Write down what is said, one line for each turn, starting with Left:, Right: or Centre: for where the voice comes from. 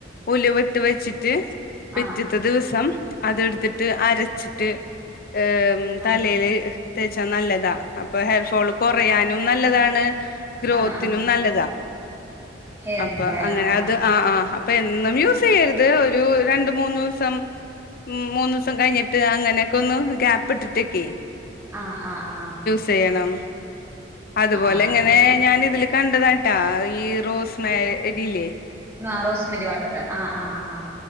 Left: ഉലുവട്ട് വെച്ചിട്ട് പിറ്റത്തെ
Right: ആഹ് ആഹ്
Left: ദിവസം അതെട്ത്തിട്ട് അരച്ചിട്ട് ആം
Right: ആഹ് ആഹ്
Left: തലയില് തേച്ചാ നല്ലതാ അപ്പൊ ഹെയർ ഫോള് കൊറയാനും നല്ലതാണ് ഗ്രോത്തിനും
Right: ആഹ് ആഹ്
Left: നല്ലതാ
Right: ഹെയറിനല്ലേ
Left: അപ്പൊ അങ്ങനെ
Right: ആഹ്
Left: അത് ആഹ് ആഹ് അപ്പൊ എന്നും യൂസെയ്യര് ത് ഒരു രണ്ട് മൂന്ന് ദിവസം മ് മൂന്നൂസം കഴിഞ്ഞിട്ട് അങ്ങനെയൊക്കെ ഒന്ന് ഗ്യാപ് ഇട്ടിട്ടൊക്കെ
Right: ആഹ് ആഹ് ആഹ്
Left: വേണം അതുപോലെ
Right: ആഹ്
Left: ഇങ്ങനെ ഞാൻ ഇതില് കണ്ടതാട്ടാ ഈ റോസ് മേരിയില്ലേ
Right: ഇന്നാ റോസ് മേരി വാട്ടർ ആഹ് ആഹ് ആഹ്